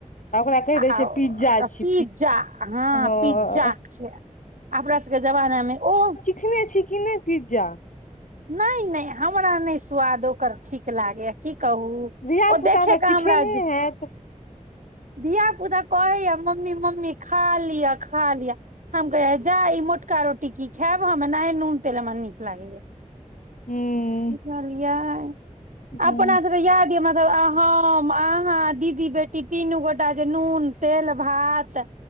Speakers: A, on the left; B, on the right.
A: तऽ ओकरा कहि
B: आ
A: दै छै पिज्जा छी
B: पिज्जा हँ
A: हँ
B: पिज्जा क छै अपना सबके जमानामे ओ
A: खेने छी की नै पिज्जा
B: नै नै हमरा नै स्वाद ओकर ठीक लागैए की कहू
A: धियापुता
B: ओ देखे
A: तऽ
B: के
A: चिखेनहे
B: हमरा
A: हैत
B: धिया पुता कहैये मम्मी मम्मी खा लिअ खा लिअ हम कहियै जा ई मोटका रोटी की खैब हम एनाहि नून तेल हमरा नीक लागैये
A: हूँ
B: बुझलियै अपना
A: हूँ
B: सबके याद यऽ मतलब हम अहाँ दीदी बेटी तीन गोटा जे नून तेल भात।